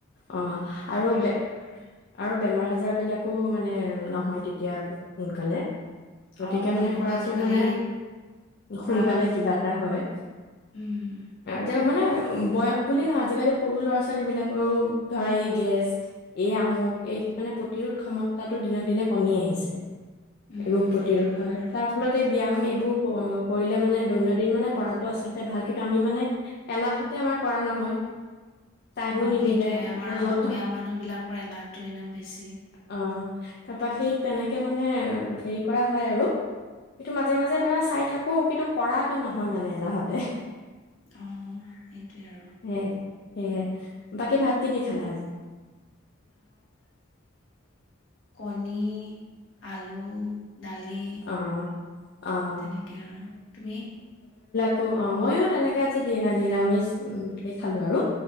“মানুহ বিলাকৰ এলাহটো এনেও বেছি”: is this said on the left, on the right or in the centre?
Left